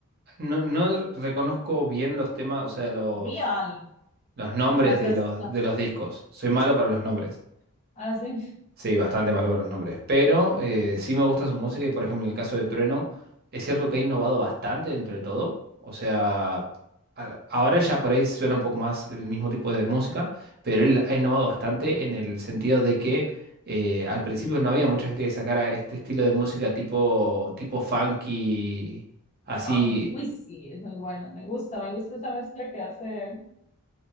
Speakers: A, on the right; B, on the left.
A: no, no reconozco bien los temas, o sea, los,
B: Real.
A: los nombres
B: Gandas.
A: de los, de los discos. Soy malo para los nombres.
B: Hace
A: Sí, bastante malo con los nombres, pero eh, sí me gusta su música y por ejemplo en el caso de Trueno, es cierto que ha innovado bastante dentro de todo, o sea, a- ahora ya por ahí suena un poco más el mismo tipo de música, pero él ha innovado bastante en el sentido de que eh, al principio no había mucha gente que sacara este estilo de música tipo, tipo funky, así,
B: Funk. Uy, sí, es muy bueno. Me gusta, me gusta esa mezcla que hace él.